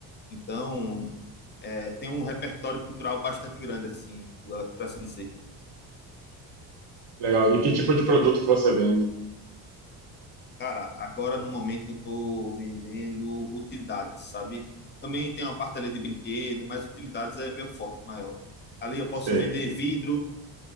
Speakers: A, on the left; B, on the right.
A: Então, é, tem um repertório cultural bastante grande, assim, para assim dizer.
B: Legal. E que tipo de produto que você vende?
A: Cara, agora no momento eu estou vendendo utilidades, sabe? Também tem uma parte ali de brinquedo, mas utilidades é meu forte, maior. Ali eu posso
B: Sei.
A: vender vidro,